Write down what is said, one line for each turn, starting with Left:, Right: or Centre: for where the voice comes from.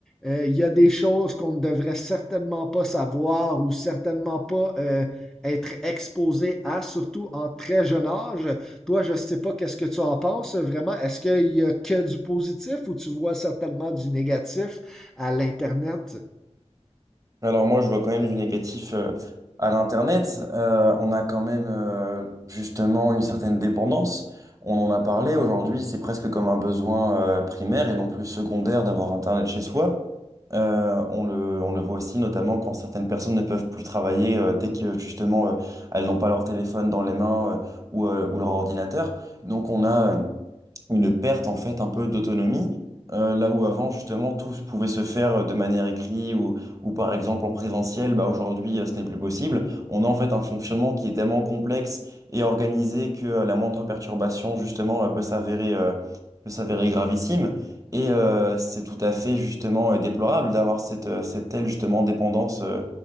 Centre: euh, il y a des choses qu'on ne devrait certainement pas savoir ou certainement pas euh, être exposé à, surtout en très jeune âge. Toi, je sais pas qu'est-ce que tu en penses euh, vraiment. Est-ce qu'il y a que du positif ou tu vois certainement du négatif à l'Internet?
Right: Alors moi, je vois quand même du négatif euh, à l'Internet. Euh, on a quand même euh, justement une certaine dépendance. On en a parlé aujourd'hui, c'est presque comme un besoin euh, primaire et non plus secondaire d'avoir Internet chez soi. Euh, on le, on le voit aussi notamment quand certaines personnes ne peuvent plus travailler euh, dès que justement euh, elles n'ont pas leur téléphone dans les mains euh, ou, euh, ou leur ordinateur. Donc on a... euh, une perte en fait un peu d'autonomie, euh, là où avant justement tout se- pouvait se faire euh, de manière écrite ou, ou par exemple en présentiel, bah aujourd'hui euh, ce n'est plus possible. On a en fait un fonctionnement qui est tellement complexe et organisé que euh, la moindre perturbation justement euh, peut s'avérer euh, peut s'avérer gravissime. Et euh, c'est tout à fait justement euh, déplorable d'avoir cette, euh, cette telle justement dépendance euh,